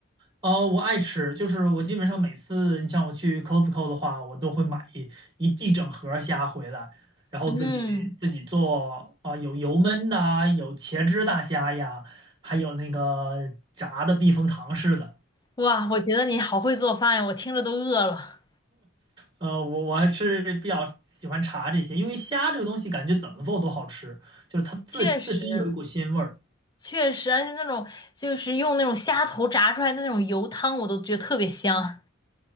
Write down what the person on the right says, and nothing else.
啊，我爱吃，就是我基本上每次你像我去 Costco 的话，我都会买一一一整盒虾回来，然后自己自己做啊，
有油焖的啊有茄汁大虾呀，还有那个炸的避风塘式的。
呃，我我还是比较喜欢茶这些，因为虾这个东西感觉怎么做都好吃，就是它自自身有一股鲜味儿。